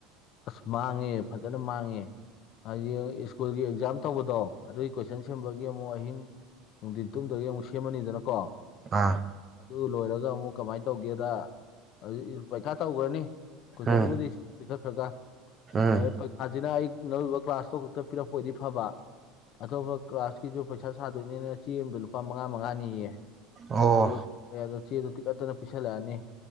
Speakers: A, on the left; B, on the right.
A: ꯑꯁ ꯃꯥꯡꯉꯦ ꯐꯖꯅ ꯃꯥꯡꯉꯦ꯫ ꯍꯥꯏꯗꯤ ꯁ꯭ꯀꯨꯜꯒꯤ ꯑꯦꯛꯖꯥꯝ ꯇꯧꯕꯗꯣ ꯑꯗꯨꯒꯤ ꯀꯣꯏꯁꯟ ꯁꯦꯝꯕꯒꯤ ꯑꯃꯨꯛ ꯑꯍꯤꯡ ꯅꯨꯡꯊꯤꯟ ꯇꯨꯝꯗꯕꯤ ꯑꯃꯨꯛ ꯁꯦꯝꯃꯅꯤꯗꯅꯀꯣ
B: ꯑꯥ
A: ꯑꯗꯨ ꯂꯣꯏꯔꯒ ꯑꯃꯨꯛ ꯀꯃꯥꯏꯅ ꯇꯧꯒꯦꯗ ꯑ ꯄꯩꯈꯥ ꯇꯧꯈ꯭ꯔꯅꯤ ꯀꯣꯏꯁꯟꯗꯨꯕꯨꯗꯤ
B: ꯎꯝ
A: ꯄꯤꯈꯠꯈ꯭ꯔꯒ
B: ꯎꯝ
A: ꯑꯗꯨ ꯄꯩꯈꯥꯁꯤꯅ ꯑꯩ ꯂꯧꯔꯤꯕ ꯀ꯭ꯂꯥꯁꯇꯣ ꯈꯛꯇ ꯄꯤꯔꯛꯄ ꯑꯣꯏꯗꯤ ꯐꯕ ꯑꯇꯣꯞꯄ ꯀ꯭ꯂꯥꯁꯀꯤꯁꯨ ꯄꯩꯁꯥ ꯁꯥꯗꯣꯏꯅꯤꯅ ꯆꯦ ꯑꯃꯗ ꯂꯨꯄꯥ ꯃꯉꯥ ꯃꯉꯥꯅꯤꯌꯦ
B: ꯑꯣ
A: ꯑꯗꯨ ꯆꯦ ꯆꯦꯗꯨ ꯇꯤꯛꯀꯠꯇꯅ ꯄꯤꯁꯜꯂꯛꯑꯅꯤ